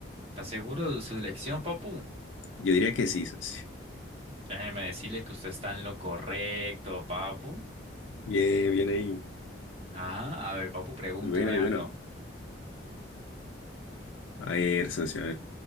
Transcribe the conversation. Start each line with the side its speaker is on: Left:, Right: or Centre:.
Right: ¿Está seguro de su elección, papu?
Left: Yo diría que sí, socio.
Right: Déjeme decirle que usted está en lo correcto, papu.
Left: Bien, bien ahí.
Right: Ajá, a ver, papu, pregúnteme
Left: Muy bueno, muy
Right: algo.
Left: bueno. A ver, socio, a ver.